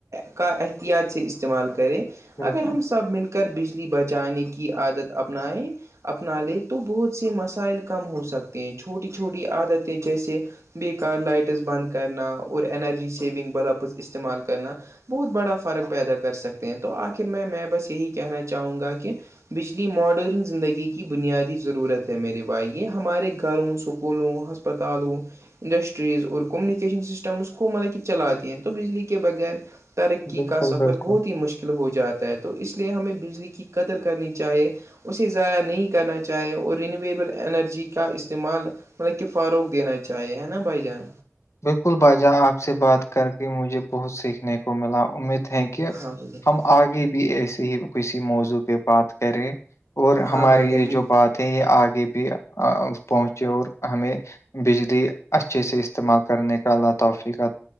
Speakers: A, on the right (about 85°); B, on the left (about 70°).
A: کا احتیاط سے استعمال کریں
B: بالکل
A: اگر ہم سب مل کر کر بجلی بچانے کی عادت اپنائیں اپنا لے تو بہت سے مسائل کم ہو سکتے ہیں چھوٹی چھوٹی عادتیں جیسے بییے کار لائٹس بند کرنا اور اینرجی سونگ بلپز استعمال کرنا بہت بڑا فرق پیدا کر سکتے ہیں تو آخر میں میں بس یہی کہنا چاہوں گا کہ بجلی ماڈرن زندگی کی بنیادی ضرورت ہے میرے بھائی یہ ہمارے گھروں س سکولوں ہسپتالوں انڈسٹریز اور کمیونیکیشن سسٹمس کو مطلب کہ چلاتے ہیں تو بجلی کے بغیر ترقی
B: بالکل
A: کا سفر
B: بالکل
A: بہت ہی مشکل ہو جاتا ہے تو اس لیے ہمیں بجلی کی قدر کرنی چاہیے اسے ضائع نہیں کرنا چاہے اور رینویبل انرجی کا استعمال مطلب کہ فروغ دینا چاہیے ہے نا بھائی جان
B: بالکل باجا آپ سے بات کر کے مجھے بہت سیکھنے کو ملا امید ہیں کہ
A: ہاں بھائی جان
B: ہم آگے بھی ایسے ہی کسی موضوع پہ بات کریں اور ہماری
A: ہاں بھائی جان
B: یہ جو بات تھے یہ آگے بھی پہنچے اور ہمیں بجلی اچھے سے استمال کرنے کا لطفی کا